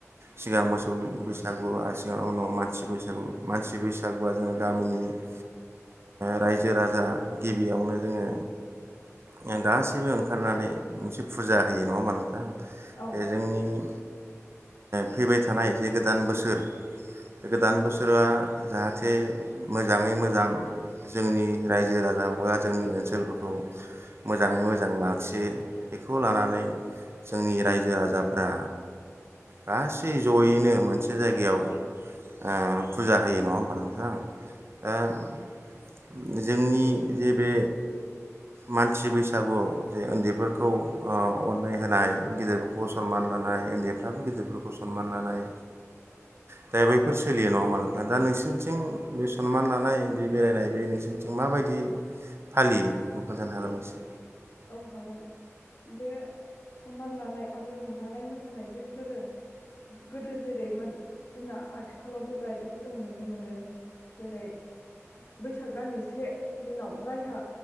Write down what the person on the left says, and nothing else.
औ औ
औ हागोन, बे सनमान लानाय आरो रंजानाय मोसानाय बैफोरो गोदो जेरैमोन जोंना आथिखालाव बेबायदिखौ जोङो नुनो मोनो जेरै बैसाग दाननि से दिनाव जायहा